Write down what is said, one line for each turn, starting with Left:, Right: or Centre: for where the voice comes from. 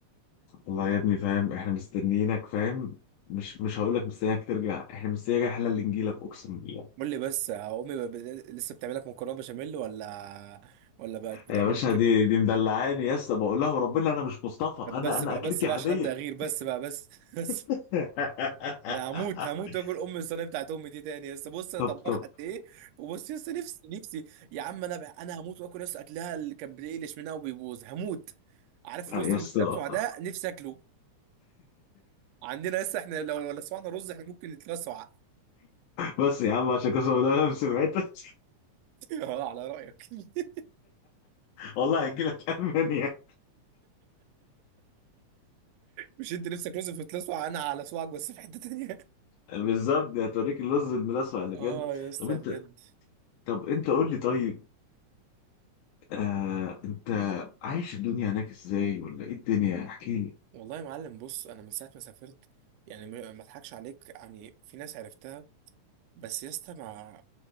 Left: والله يا ابني فاهم احنا مستنيينك فاهم مش مش هقول لك مستنيك ترجع احنا مستنيك احنا اللي نجيلك اقسم بالله
Right: قول لي بس امي ب... ب- لسه بتعملك مكرونه بشاميل ولا ولا بقت بتعمل
Left: يا باشا
Right: لك كبده
Left: دي دي مدلعاني يا اسطى بقول لها وربنا انا مش مصطفى
Right: طب
Left: انا
Right: بس
Left: انا
Right: بقى
Left: اكلتي
Right: بس بقى
Left: عاديه
Right: عشان هبدأ اغير بس بقى بس <laughs> بس
Left: <laughs>
Right: انا هموت هموت واكل ام الصينيه بتاعت امي دي تاني لسه بص انا
Left: طب
Right: طباخ
Left: طب
Right: قد ايه وبص لسه نفسي نفسي يا عم انا بقى انا هموت واكل لسه اكلها اللي كان بيقلش منها وبيبوظ هموت عارف الرز
Left: آه يا
Right: اللي
Left: اسطى
Right: متلسع ده
Left: <laughs>
Right: نفسي اكله عندنا لسه احنا لو لسعنا رز احنا ممكن نتلسع <laughs>
Left: بس يا عم عشان قسما بالله انا سمعتك
Right: اه على رايك <laughs>
Left: والله هجيلك المانيا
Right: مش انت نفسك رز في تلسع انا على سواك بس في حته تانيه
Left: بالظبط دي هتوريك اللوز الملاسع اللي
Right: <laughs>
Left: بجد
Right: اه يا اسطى
Left: طب انت
Right: بجد
Left: طب انت قول لي طيب آه انت عايش الدنيا هناك ازاي ولا ايه الدنيا احكي لي
Right: والله يا معلم بص انا من ساعه ما سافرت يعني ما ما اضحكش عليك يعني في ناس عرفتها بس يا اسطى مع